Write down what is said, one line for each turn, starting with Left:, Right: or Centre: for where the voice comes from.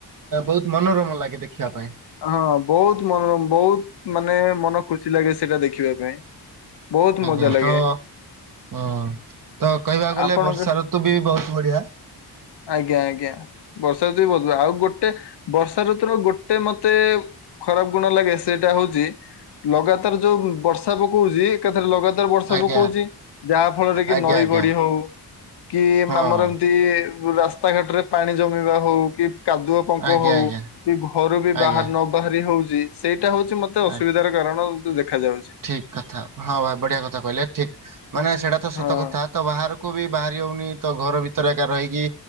Right: ବହୁତ ମନୋରମ ଲାଗେ ଦେଖିବା ପାଇଁ।
Left: ହଁ ବହୁତ ମନରମ୍ ବହୁତ ମାନେ ମନ ଖୁସି ଲାଗେ ସେଇଟା ଦେଖିବାକୁ। ବହୁତ
Right: ଆଜ୍ଞା
Left: ମଜା ଲାଗେ।
Right: ତ ହଁ, ତ କହିବାକୁ ଗଲେ
Left: ଆପଣଙ୍କ
Right: ବର୍ଷା ଋତୁ ବି ବହୁତ ବଢିଆ।
Left: ଆଜ୍ଞା ଆଜ୍ଞା, ବର୍ଷା ଋତୁ ବଧୁ ଆଉ ଗୋଟେ ବର୍ଷା ଋତୁର ଗୋ ଟେ ମତେ ଖରାପ ଗୁଣ ଲାଗେ ସେଇଟା ହଉଚି, ଲଗାତାର ଯୋଉ ବର୍ଷା ପକଉଚି ଏକାଥରେ ଲଗାତ ବର୍ଷା
Right: ଆଜ୍ଞା
Left: ପକଉଚି ଯାହା ଫଳରେ କି
Right: ଆଜ୍ଞା
Left: ନଈ
Right: ଆଜ୍ଞା
Left: ବଢି ହଉ କି
Right: ହଁ
Left: ଆମର ଏମତି ରାସ୍ତାଘାଟ ରେ ପାଣି ଜମିବା ହଉ, କି କାଦୁଅ ପଙ୍କ
Right: ଆଜ୍ଞା
Left: ହଉ
Right: ଆଜ୍ଞା
Left: କି ଘରୁ ବି
Right: ଆଜ୍ଞା
Left: ବାହାର ନ ନ ବାହାରି ହଉଚି ସେଇଟା ହଉଚି ମତେ
Right: ଆ
Left: ଅସୁବିଧାର କାରଣ। ଦେଖାଯାଉଛି।
Right: ଠିକ କଥା, ହଁ ଭାଇ ବଢିଆ କଥା କହିଲେ ଠିକ ମାନେ
Left: ହଁ
Right: ସେଇଟା ତ ସତ କଥା। ତ ବାହାରକୁ ବି ବାହାରି ହଉନି, ତ ଘର ଭିତରେ ଏକା ରହିକି